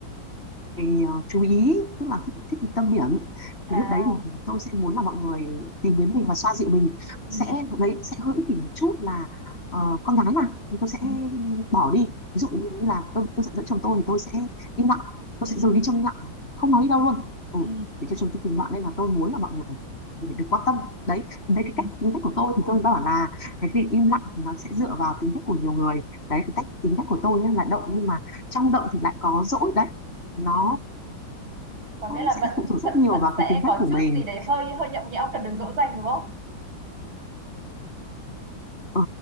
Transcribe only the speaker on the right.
à
ừ
ừ
ừ
ừ
ừ
ừ
ừ có
nghĩa là
vẫn
vẫn
vẫn
sẽ
có
chút
gì đấy hơi hơi nhõng nhẽo cần được dỗ dành đúng không